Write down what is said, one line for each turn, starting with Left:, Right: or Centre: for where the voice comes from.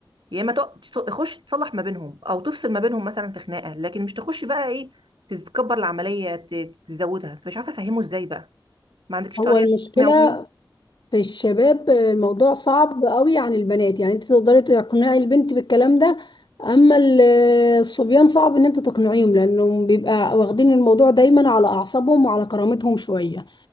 Right: يا اما تق- تق- تخش تصلح ما بينهم او تفصل ما بينهم مثلا في خناقه لكن مش تخش بقى ايه تتكبر العمليه ت- تزودها فمش عارفه افهمه ازاي بقى ما عندكش طريقه
Left: هو المشكلة
Right: تقنعه بيها
Left: في الشباب الموضوع صعب قوي عن البنات يعني انت تقدري تقنعي البنت بالكلام ده اما ال- الصبيان صعب ان انت تقنعيهم لانهم بيبقى واخدين الموضوع دايما على اعصابهم وعلى كرامتهم شوية